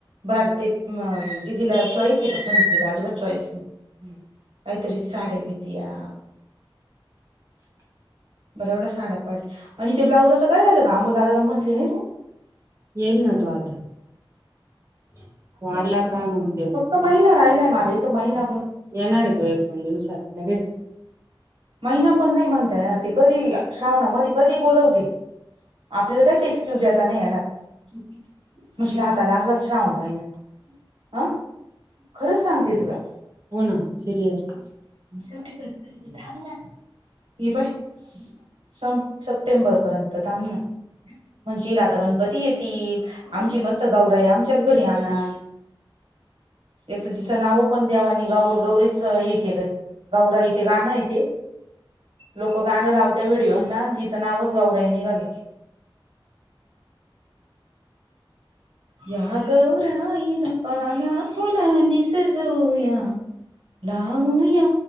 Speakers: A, on the right; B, on the right.
A: बरा आता ते दिदीला चॉईस आहे, <unintelligible> अजिबात चॉईस नाही. काहीतरी साड्या घेती या.
B: <unintelligible>
A: बऱ्या एवढ्या साड्या पडल्या, आणि ते ब्लाउजाचं काय झालं ग अमोल दाला म्हटले नाही तू?
B: येईल ना, तो आता तो आला का म देवू.
A: एक महिना राहिलंय, मला एक महिनाभर.
B: येणार
A: येणारेत
B: आहे तो एक दोन दिवसात लगेच
A: महिना पण नाही, म्हणता येणार ये. कधी श्रावणा मधी कधी बोलवतील आपल्याला काहीच, एक्सक्यूज देता नाही येणार. <unintelligible> हाता लागला, तर श्रावण म महिना. हं खरं सांगते तुला,
B: हो ना सिरियस हो
A: <unintelligible> थांब ना. नाही बाई. स- सप्टेंबर पर्यंत
B: छान
A: थांब
B: आहे
A: ना. म्हणजे आता गणपती येतील, आमची मस्त गौराई आमच्याच घरी आणा. यां तिचं नाव पण द्याव नी गौर- गौरीच हे केलं गौरा इथे गाणं आहे तेे. लोक गाणं लावतं व्हिडिओ ना तिचं नावचं गौराई निघाल. या गौराईण पाना फुलांनी सजवूया लावूया